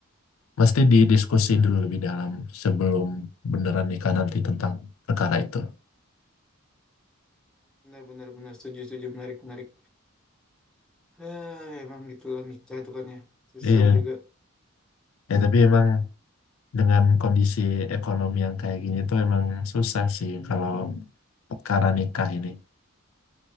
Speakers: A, on the left; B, in the centre.
A: mesti didiskusin dulu lebih dalam sebelum beneran nikah nanti tentang perkara itu.
B: Benar, benar, benar. Setuju, setuju. Menarik, menarik. Ah, emang gitulah nikah tuh kan ya. Susah
A: Iya.
B: juga.
A: Ya tapi emang dengan kondisi ekonomi yang kayak gini tuh emang susah sih kalau perkara nikah ini.